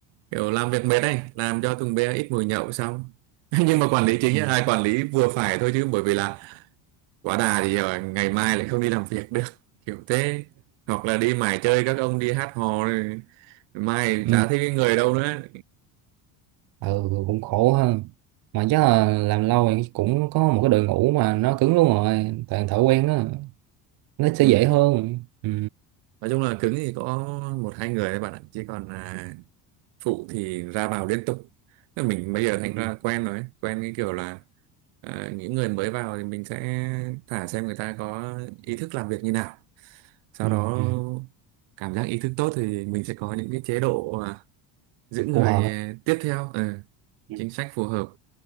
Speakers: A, on the right; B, on the right.
A: kiểu làm việc mệt này làm cho thùng bia ít mùi nhậu xong <laughs> nhưng mà quản
B: <laughs>
A: lý chính
B: ừ.
A: là ai quản lý vừa phải thôi chứ bởi vì là quá đà thì à, ngày mai lại không đi làm việc được kiểu thế hoặc là đi mải chơi các ông đi hát hò rồi mai
B: ừ
A: chả thấy người đâu nữa
B: Ừ, cũng khổ ha mà chắc là làm lâu thì cũng có một cái đội ngũ mà nó cứng luôn rồi toàn thợ quen đó nó sẽ
A: ừ.
B: dễ hơn ừ.
A: nói chung là cứng thì có một hai người thôi bạn ạ chứ còn à, phụ thì ra vào liên tục Thế mình bây giờ thành
B: Ừ.
A: ra quen rồi ấy. quen cái kiểu là à, những người mới vào thì mình sẽ thả xem người ta có ý thức làm việc như nào sau
B: Ừ.
A: đó
B: Ừ.
A: cảm giác ý thức tốt thì mình sẽ có những cái chế độ à, giữ người
B: phù hợp á.
A: tiếp theo ừ,
B: ừ.
A: chính sách phù hợp